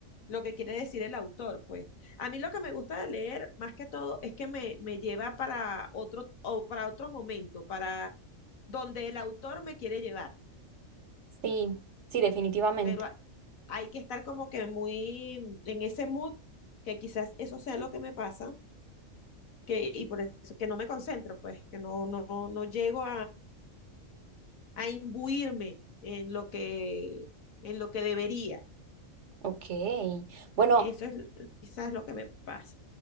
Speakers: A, on the left; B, on the right.
A: lo que quiere decir el autor, pues. A mí lo que me gusta de leer, más que todo, es que me, me lleva para otro, o para otro momento, para donde el autor me quiere llevar.
B: Sí, sí, definitivamente.
A: Pero a- hay que estar como que muy en ese mood, que quizás eso sea lo que me pasa, que, y por eso que no me concentro, pues, que no, no, no llego a imbuirme en lo que, en lo que debería.
B: Ok. Bueno,
A: Eso es l- quizás lo que me pasa.